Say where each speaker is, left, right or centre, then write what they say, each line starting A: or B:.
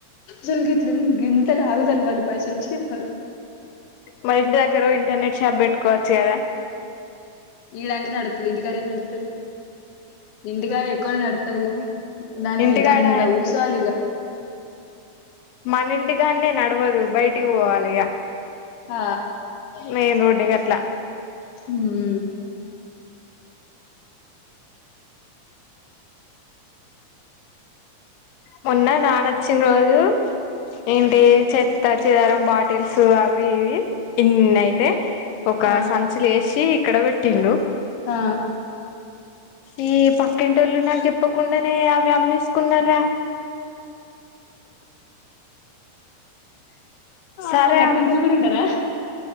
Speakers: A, on the left; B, on the left.
A: సల్ గిట్లిన్ గింతల్గుదల్ వాళ్ పైసలు చిప్ వా
B: మా ఇంటి దగ్గర ఇంటర్నెట్ షాప్ పెట్టుకోవచ్చు గదా
A: ఈడ అంటే నడ్త్తది ఇంటికాడ ఏం నడ్త్తది ఇంటికాడ ఎక్కువనే నడుత్తది గని దాన్
B: ఇంటికాడ
A: దాంట్లో కూసోవాలిగ
B: మనింటికాన్నే నడవదు బయటికి పోవాలె ఇగ
A: ఆ
B: మెయిన్ రోడ్ గట్ల
A: ఉం
B: మొన్నా నానొచ్చిన్ రోజు
A: ఉ
B: ఏంటి చెత్త చెదారం బాటిల్స్ అవి ఇవి ఇన్నయితే ఒక
A: ఆ
B: సంచి లేశి ఇక్కడ పెట్టిండు
A: ఆ
B: ఈ పక్కింటోళ్ళు నాకు చెప్పకుండానే అవి అమ్మేసుకున్నారా
A: ఆ
B: సరే
A: గట్లంటోళ్ళు
B: అమ్
A: కూడ ఉంటారా